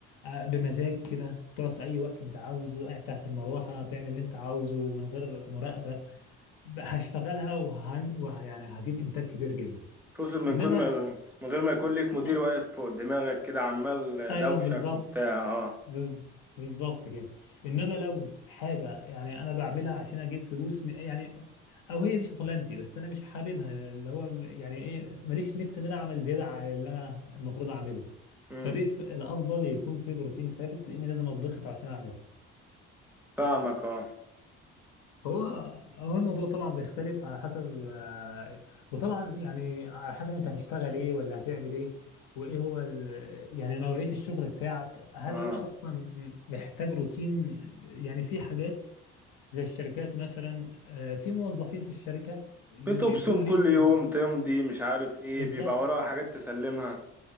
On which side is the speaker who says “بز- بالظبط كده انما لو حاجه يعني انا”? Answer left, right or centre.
Left